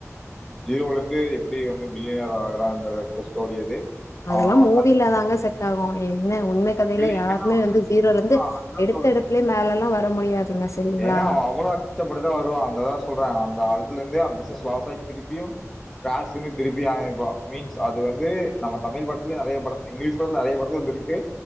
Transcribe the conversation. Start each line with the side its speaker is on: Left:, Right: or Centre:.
Centre: ஜீரோல இருந்து எப்டி வந்து பில்யனர் ஆகுறாங்கிறது ஸ்டோரி அது
Left: அதெல்லாம்
Centre: அவன்
Left: மூவில தாங்க செட் ஆகும் ம் என் உண்ம கதையில
Centre: இல்லைங்க
Left: யாருமே
Centre: அதான்
Left: வந்து ஜீரோல இருந்து எடுத்த
Centre: சொல்றேன்
Left: எடுப்புலயே லயே மேல எல்லாம் வர முடியாதுங்க சரிங்களா
Centre: ஏங்க அவளோம் கஷ்டப்பட்டுதான் வருவான் அந்ததான் சொல்றேன் அதுல இருந்து பிசினஸ் லாஸ் ஆகி திருப்பியும் ஸ்க்ராட்ச்ல இருந்து திருப்பி ஆரம்பிப்பான் மீன்ஸ் நம்ம தமிழ் படத்திலும் நறியப்படத்துல இங்கிலீஷ் படத்திலும் நறியப்படத்துல இருக்கு